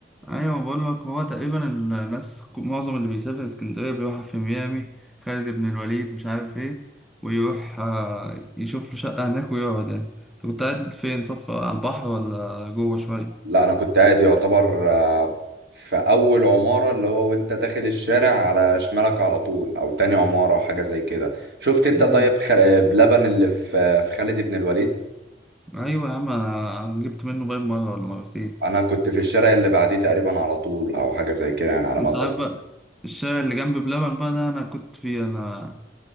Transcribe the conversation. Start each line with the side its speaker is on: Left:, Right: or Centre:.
Centre: أيوة بقول لك هو تقريبا الناس ك- معظم اللي بيسافر اسكندرية بيروح في ميامي خالد بن الوليد مش عارف إيه ويروح آه، يشوف له شقة هناك ويقعد يعني أنت كنت قاعد فين صف على البحر ولا جوه شوية؟
Right: لا انا كنت قاعد يعتبر آه، في اول عمارة اللي هو وانت داخل الشارع على شمالك على طول او تاني عمارة حاجة زي كده شفت انت
Centre: مم.
Right: طيب خل... بلبن اللي في في خالد بن الوليد
Centre: أيوة يا عم أنا جبت منه باين مرة ولا مرتين
Right: انا كنت في الشارع اللي بعديه تقريبا على طول او حاجة زي كده يعني على
Centre: أنت
Right: ما اتذكر
Centre: عارف بقى الشارع اللي جنب بلبن بقى ده أنا كنت فيه أنا